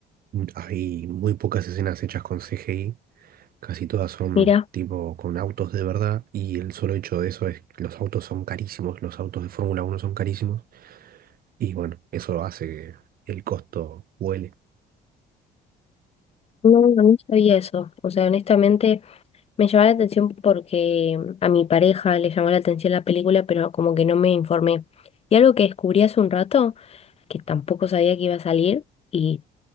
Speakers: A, on the right; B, on the left.
A: hay muy pocas escenas hechas con CGI. Casi todas son
B: Mira,
A: tipo con autos de verdad y el solo hecho de eso es que los autos son carísimos, los autos de Fórmula uno son carísimos. Y bueno, eso hace que el costo huele.
B: no, no sabía eso. O sea, honestamente Me llamó la atención porque mm, a mi pareja le llamó la atención la película, pero como que no me informé. Y algo que descubrí hace un rato, que tampoco sabía que iba a salir, y